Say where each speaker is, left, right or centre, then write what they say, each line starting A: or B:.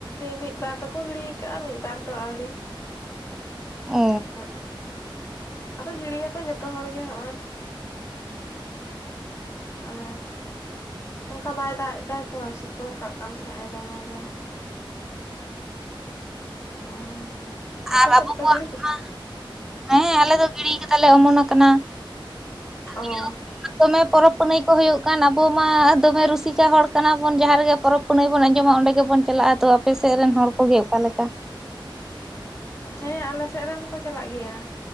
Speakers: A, on the left; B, in the centre.
A: ᱢᱤᱫ ᱵᱟᱨ ᱫᱚᱠᱚ ᱜᱤᱲᱤᱭ ᱠᱟᱜᱼᱟ ᱢᱤᱫ ᱵᱟᱨ ᱫᱚ ᱟᱹᱣᱨᱤ᱾
B: ᱚ
A: ᱚᱸ ᱚᱸ, ᱟᱫᱚ ᱜᱤᱲᱤᱭᱟᱠᱚ ᱡᱚᱛᱚ ᱦᱚᱲ ᱜᱮ ᱚᱜ ᱚᱭ᱾ ᱚᱱᱮ᱾ ᱚᱝᱠᱟ ᱵᱟᱭ ᱫᱟᱜ ᱮᱫᱟᱭ ᱛᱚ ᱥᱤᱛᱩᱝ ᱠᱟᱜ ᱠᱟᱱ ᱛᱟᱦᱮᱸ ᱟᱭ ᱫᱚᱢᱮ ᱜᱮ᱾ ᱚ ᱟᱯᱮ
B: ᱟᱨ
A: ᱥᱮᱫ
B: ᱟᱵᱚ
A: ᱯᱮ
B: ᱠᱚᱣᱟᱜ
A: ᱜᱤᱲᱤ ᱠᱮᱫᱟ
B: ᱢᱟ ᱦᱮᱸ ᱟᱞᱮ ᱫᱚ ᱜᱤᱲᱤᱭ ᱠᱟᱫᱟᱞᱮ ᱚᱢᱚᱱ ᱟᱠᱟᱱᱟ᱾ᱟᱨ
A: ᱚ
B: ᱱᱤᱭᱟᱹ ᱫᱚᱢᱮ ᱯᱚᱨᱚᱵ ᱯᱩᱱᱟᱹᱭ ᱠᱚ ᱦᱩᱭᱩᱜ ᱠᱟᱱ ᱟᱵᱚ ᱢᱟ ᱫᱚᱢᱮ ᱨᱩᱥᱤᱠᱟ ᱦᱚᱲ ᱠᱟᱱᱟ ᱵᱚᱱ ᱡᱟᱦᱟᱸ ᱨᱮᱜᱮ ᱯᱚᱨᱚᱵ ᱯᱟᱹᱱᱟᱭ ᱵᱚᱱ ᱟᱸᱡᱚᱢᱟ ᱚᱸᱰᱮ ᱜᱮᱵᱚᱱ ᱪᱟᱞᱟᱜᱼᱟ ᱛᱚ ᱟᱯᱮ ᱥᱮᱫ ᱨᱮᱱ ᱦᱚᱲ ᱠᱚᱜᱮ ᱚᱠᱟ ᱞᱮᱠᱟ?
A: ᱦᱮᱸ ᱟᱞᱮ ᱥᱮᱫ ᱨᱮᱱ ᱦᱚᱸᱠᱚ ᱪᱟᱞᱟᱜ ᱜᱮᱭᱟ